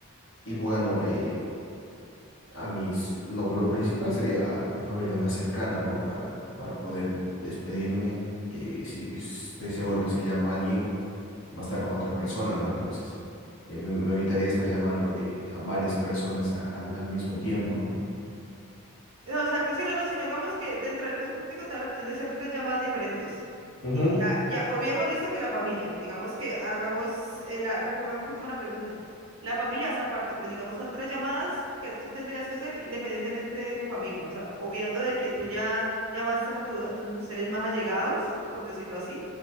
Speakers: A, on the left; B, on the right.
A: Y bueno, eh, a mis, lo, lo principal sería a, a mi familia más cercana, ¿no? Para, para
B: Sí.
A: poder despedirme. eh, si, estoy seguro que si llamo a alguien, va a estar con otra persona, ¿no? Entonces, eh, me, me evitaría estar llamando eh, a varias personas a- al, al mismo tiempo, ¿no?
B: No, exacto. Si no, no, si no, digamos que dentro del caso hipotético te da la opción de hacer tres llamadas diferentes.
A: Ujú.
B: Y ya, y ya obviemos listo que la familia. Digamos que hagamos, eh, la, reformular un poquito más la pregunta. La familia es aparte, pero digamos son tres llamadas que tú tendrías que hacer independientemente de tu familia. O sea, obviando de que tú ya llamaste a, tu, a tus seres más allegados, por decirlo así,